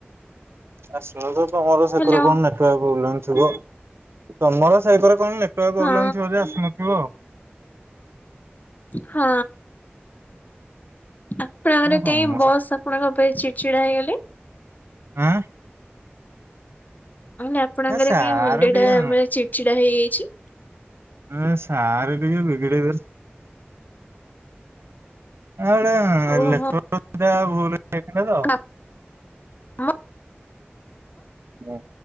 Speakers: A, on the right; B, on the left.
A: ଆସିନଥିବ ତମର ସେକରେ
B: ହ୍ୟାଲୋ
A: କଣ ନେଟୱାର୍କ ପ୍ରୋବ୍ଲେମ ଥିବ। ତମର ସେକରେ କଣ ନେ ଟୱାର୍କ ପ୍ରୋବ୍ଲେମ୍
B: ହଁ।
A: ଥିବ ଯେ ଆସୁନଥିବ।
B: ହଁ ଆପଣଙ୍କର
A: ନା ସମସ୍ତେ
B: କେହି ବସ୍ ଆପଣ କଣ ପାଇଁ ଚିଡ଼ଚିଡା ହେଇଗଲେ?
A: ଆଁ।
B: <unintelligible> ଆପଣଙ୍କର
A: ହେ ସାର୍
B: କାଇଁ ମୁଣ୍ଡଟା
A: ଟିକେ
B: ମାନେ ଚିଡଚିଡା ହେଇଯାଇଛି।
A: ହେ ସାର୍ ଟିକେ ବିଗଡେଇ ଆ ଗୋଟେ
B: ଓହୋ।
A: <inaudible> ଭୁଲ ହେଇଯାଇଥିଲା ତ।
B: କାମ <inaudible>
A: ହଁ।